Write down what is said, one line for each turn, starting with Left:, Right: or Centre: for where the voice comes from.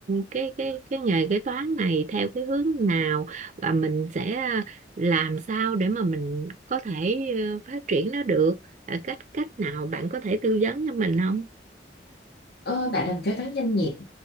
Right: cái cái cái nghề kế toán này theo cái hướng nào và mình sẽ làm sao để mà mình có thể ờ, phát triển nó được. Ờ, cách cách nào bạn có thể tư vấn cho mình không?
Left: ờ, bạn làm kế toán doanh nghiệp